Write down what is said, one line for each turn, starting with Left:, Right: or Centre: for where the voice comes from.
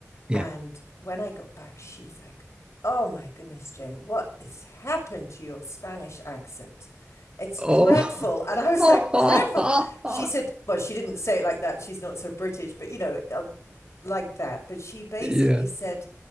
Right: yeah.
Left: And when I got back, she was like, Oh my goodness, Jane, what has happened to your Spanish accent? It's
Right: Oh.
Left: dreadful. And I was
Right: <laughs>
Left: like, Dreadful. She said, Well, she didn't say it like that. She's not so British, but you know, like that. But she basically
Right: Yeah.
Left: said